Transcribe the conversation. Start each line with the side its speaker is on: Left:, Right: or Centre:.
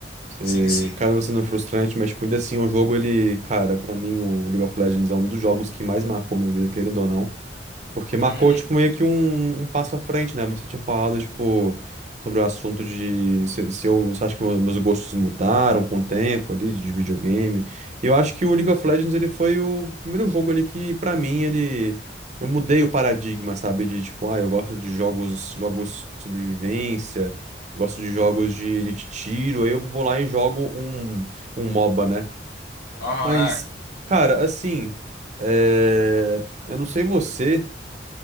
Right: Você,
Left: Sim, sim.
Right: acaba sendo frustrante, mas tipo, ainda assim, o jogo, ele, cara, pra mim, o League of Legends é um dos jogos que mais marcou minha vida, querendo ou não. Porque marcou,
Left: Uhum.
Right: tipo, meio que um, um passo à frente, né? Você tinha falado, tipo, sobre o assunto de se, se eu, você acha que meus meus gostos mudaram com o tempo ali, de videogame. E eu acho que o League of Legends, ele foi o primeiro jogo ali que, pra mim, ele... Eu mudei o paradigma, sabe? De, tipo, ah, eu gosto de jogos, jogos de sobrevivência, gosto de jogos de, de tiro, aí eu vou lá e jogo um, um MOBA, né?
Left: Aham,
Right: Mas,
Left: é.
Right: cara, assim... É... Eu não sei você...